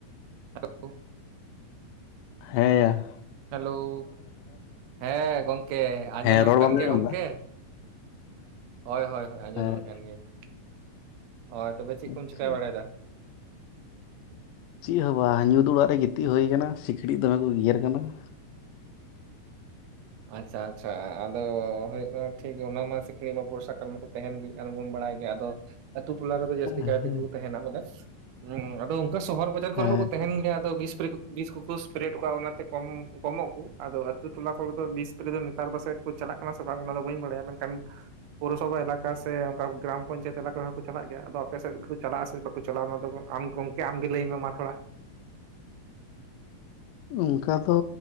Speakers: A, on the right; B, on the left.
A: <inaudible>
B: ᱦᱮᱸᱭᱟ ᱾
A: Hello. <inaudible> ᱦᱮᱸ ᱜᱚᱢᱠᱮ ᱟᱸᱡᱚᱢ
B: ᱦᱮᱸ
A: ᱧᱚᱜᱚᱜ
B: ᱨᱚᱲ
A: ᱠᱟᱱ
B: ᱵᱟᱢ
A: ᱜᱮᱭᱟ
B: ᱟᱸᱡᱚᱢ
A: ᱜᱚᱢᱠᱮ
B: ᱮᱫᱟ?
A: ᱾ <inaudible> ᱦᱳᱭ ᱦᱳᱭ ᱦᱳᱭ ᱟᱸᱡᱚᱢ
B: ᱦᱮᱸ
A: ᱧᱟᱢᱮᱜ ᱠᱟᱱ ᱜᱤᱭᱟᱹᱧ ᱾ <inaudible> ᱦᱳᱭ ᱾ ᱛᱚᱵᱮ ᱪᱮᱫ ᱠᱚᱢ
B: ᱟᱪᱪᱷᱟ
A: ᱪᱤᱠᱟᱭ ᱵᱟᱲᱟᱭᱮᱫᱟ?
B: ᱪᱮᱫ ᱦᱚᱸ ᱵᱟᱝ ᱧᱩᱛ ᱚᱲᱟᱜ ᱨᱮ ᱜᱤᱛᱤᱡ ᱦᱩᱭ ᱠᱟᱱᱟ, ᱥᱤᱠᱲᱤᱡ ᱫᱚᱢᱮ ᱠᱚ ᱜᱮᱜᱮᱨ ᱠᱟᱱᱟ ᱾
A: ᱟᱪᱪᱷᱟ ᱟᱪᱪᱷᱟ ᱟᱫᱚ ᱦᱩᱭᱩᱜ ᱠᱟᱱᱟ ᱴᱷᱤᱠ ᱜᱮ ᱚᱱᱟ ᱢᱟ ᱥᱤᱠᱲᱤᱡ ᱢᱟ ᱵᱚᱨᱥᱟ ᱠᱟᱞ ᱠᱚ ᱛᱟᱦᱮᱱ ᱜᱮ ᱟᱨ ᱵᱚᱱ ᱵᱟᱲᱟᱭ ᱜᱮᱭᱟ ᱾ ᱟᱫᱚ ᱟᱹᱛᱩ ᱴᱚᱞᱟ ᱨᱮᱫᱚ ᱡᱟᱹᱥᱛᱤ
B: ᱦᱮᱸ
A: ᱠᱟᱭ ᱛᱮᱜᱮ ᱠᱚ ᱛᱟᱦᱮᱱᱟ ᱵᱚᱞᱮ ᱾ ᱦᱩᱸ ᱟᱫᱚ ᱚᱱᱠᱟ ᱥᱚᱦᱚᱨ ᱵᱟᱡᱟᱨ ᱠᱚᱨᱮ
B: ᱦᱮᱸ
A: ᱦᱚᱸᱠᱚ ᱛᱟᱦᱮᱱ ᱜᱮᱭᱟ, ᱟᱫᱚ ᱵᱤᱥ <unintelligible> ᱵᱤᱥ ᱠᱚᱠᱚ ᱮᱥᱮᱯᱨᱮ ᱚᱴᱟ ᱠᱟᱜ-ᱟ ᱚᱱᱟᱛᱮ ᱠᱚᱢ ᱠᱚᱢᱚᱜ ᱟᱠᱚ ᱾ ᱟᱫᱚ ᱟᱹᱛᱩ ᱴᱚᱞᱟ ᱠᱚᱨᱮ ᱫᱚ ᱵᱤᱥ ᱮᱥᱯᱮᱨᱮ ᱫᱚ ᱱᱮᱛᱟᱨ ᱯᱟᱥᱮᱡ ᱠᱚ ᱪᱟᱞᱟᱜ ᱠᱟᱱᱟ ᱥᱮ ᱵᱟᱝ ᱚᱱᱟ ᱫᱚ ᱵᱟᱹᱧ ᱵᱟᱲᱟᱭᱟ, ᱢᱮᱱᱠᱷᱟᱱ ᱯᱩᱣᱨᱚᱥᱚᱵᱷᱟ ᱮᱞᱟᱠᱟ ᱥᱮ ᱚᱱᱠᱟ ᱜᱨᱟᱢ ᱯᱚᱧᱪᱟᱭᱮᱛ ᱮᱞᱟᱠᱟ ᱨᱮ ᱦᱚᱸᱠᱚ ᱪᱟᱞᱟᱜ ᱜᱮᱭᱟ ᱾ ᱟᱫᱚ ᱟᱯᱮ ᱥᱮᱫ ᱠᱚ ᱪᱟᱞᱟᱜ-ᱟ ᱥᱮ <unintelligible> ᱪᱟᱞᱟᱣ ᱢᱟ <unintelligible> ᱟᱢ ᱜᱚᱢᱠᱮ ᱟᱢᱜᱮ ᱞᱟᱹᱭ ᱢᱮ ᱢᱟ ᱛᱷᱚᱲᱟ?
B: ᱚᱱᱠᱟ ᱫᱚ